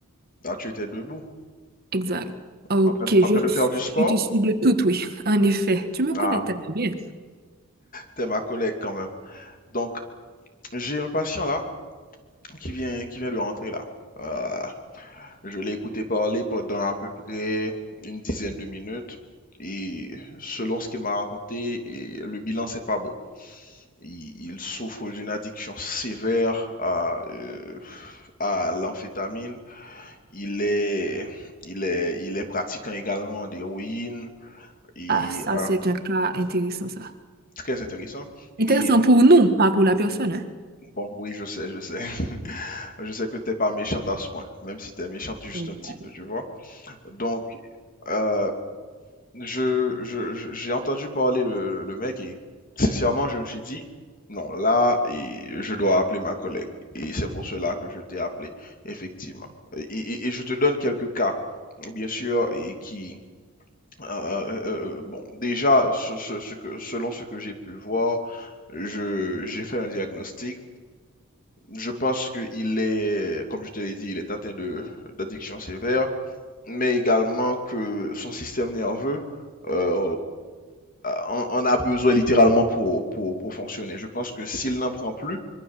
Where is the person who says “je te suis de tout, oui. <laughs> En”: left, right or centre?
Right